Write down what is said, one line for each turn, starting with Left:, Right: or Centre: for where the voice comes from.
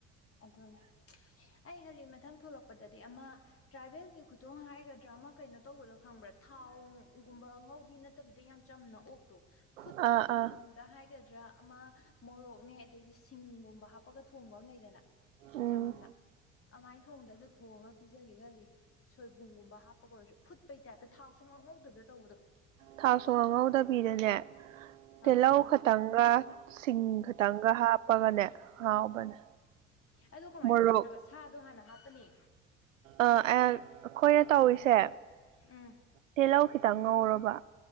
Left: ꯑꯗꯨꯅꯦ ꯑꯩ ꯈꯜꯂꯤ ꯃꯊꯪ ꯊꯣꯛꯂꯛꯄꯗꯗꯤ ꯑꯃꯥ ꯇ꯭ꯔꯥꯏꯕꯦꯜꯒꯤ ꯈꯨꯊꯣꯡ ꯍꯥꯏꯒꯗ꯭ꯔꯥ ꯑꯃꯥ ꯀꯩꯅꯣ ꯇꯧꯕꯗꯣ ꯈꯪꯕ꯭ꯔꯥ ꯊꯥꯎꯒꯨꯝꯕ ꯉꯧꯕꯤ ꯅꯠꯇꯕꯤꯗ ꯌꯥꯝ ꯆꯝꯅ ꯑꯣꯛꯇꯣ ꯐꯨꯠꯄꯒꯤ
Right: ꯑꯥ ꯑꯥ
Left: ꯃꯑꯣꯡ ꯗꯥ ꯍꯥꯏꯒꯗ꯭ꯔꯥ ꯑꯃꯥ ꯃꯣꯔꯣꯛꯅꯦ ꯑꯗꯩꯗꯤ ꯁꯤꯡꯒꯨꯝꯕ ꯍꯥꯞꯄꯒ ꯊꯣꯡꯕ ꯑꯝ ꯂꯩꯗꯅ
Right: ꯎꯝ
Left: ꯆꯝꯅ ꯑꯃꯥꯏ ꯊꯣꯡꯗꯕꯗ ꯊꯣꯡꯉ ꯄꯤꯖꯒꯦ ꯈꯜꯂꯤ ꯁꯣꯏꯕꯨꯝꯒꯨꯝꯕ ꯍꯥꯞꯄꯒ ꯑꯣꯏꯔꯁꯨ ꯐꯨꯠꯄꯩ ꯇꯥꯏꯞꯇ ꯊꯥꯎ ꯁꯨꯡꯉꯧ ꯉꯧꯗꯕꯗ ꯇꯧꯕꯗꯣ
Right: ꯊꯥꯎ ꯁꯨꯉꯧ ꯉꯧꯗꯕꯤꯗꯅꯦ ꯇꯦꯜꯂꯧ
Left: ꯑꯥ
Right: ꯈꯇꯪꯒ ꯁꯤꯡ ꯈꯇꯪꯒ ꯍꯥꯞꯄꯒꯅꯦ ꯍꯥꯎꯕꯅꯦ
Left: ꯑꯗꯣ ꯀꯃꯥꯏ
Right: ꯃꯣꯔꯣꯛ
Left: ꯇꯧꯗꯣꯏꯅꯣꯕ ꯁꯥꯗꯣ ꯍꯥꯟꯅ ꯍꯥꯞꯄꯅꯤ
Right: ꯑꯥ ꯑꯩ ꯑꯈꯣꯏꯅ ꯇꯧꯔꯤꯁꯦ
Left: ꯎꯝ
Right: ꯇꯦꯜꯂꯧ ꯈꯤꯇꯪ ꯉꯧꯔꯕ